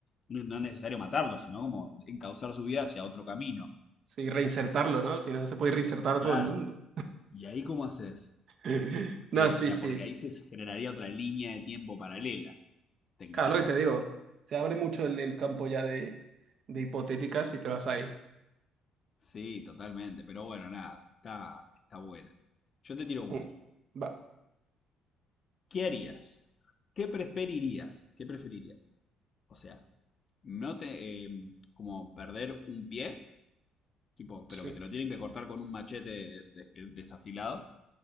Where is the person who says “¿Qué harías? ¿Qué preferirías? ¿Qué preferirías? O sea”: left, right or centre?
Left